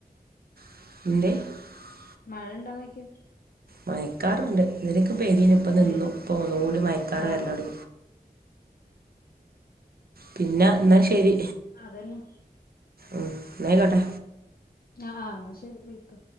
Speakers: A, on the right (about 70°); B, on the left (about 65°).
A: <unintelligible>
B: മഴ ഇൻഡോനോക്കിയ
A: മയക്കാറുണ്ട് ഇലൊക്കെ പേദീന ഇപ്പ നിന്നു
B: ഏ
A: പോന്ന കൂടി മയക്കാറ്
B: ആഹ്
A: വരലോട പിന്നെ എന്നാശെരി
B: അതന്നാ
A: ഉം നായ്ക്കോട്ടെ
B: ആഹ ആ് എന്നാ ശെരി വിളിക്ക്